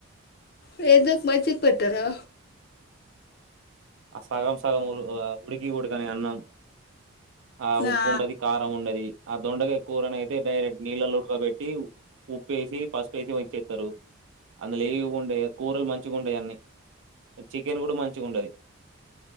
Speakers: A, on the left; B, on the right.
A: వేదక్ మజ్జిగ పెట్టారా.
B: ఆహ్ సగం సగం ఆహ్ ఉడికి ఉడుకని అన్నం. ఆహ్ ఉప్పు
A: ఆ
B: ఉండది కారం ఉండది ఆ దొండకాయ కూరను అయితే డైరెక్ట్ నీళ్లలో ఉడకబెట్టి ఉప్పేసి పసుపేసి ఇచ్చేది. దరువు. అందులో ఏం ఉండాయే కూరలు మంచిగా ఉండావు అన్ని. చికెన్ కూడా మంచిగుండది.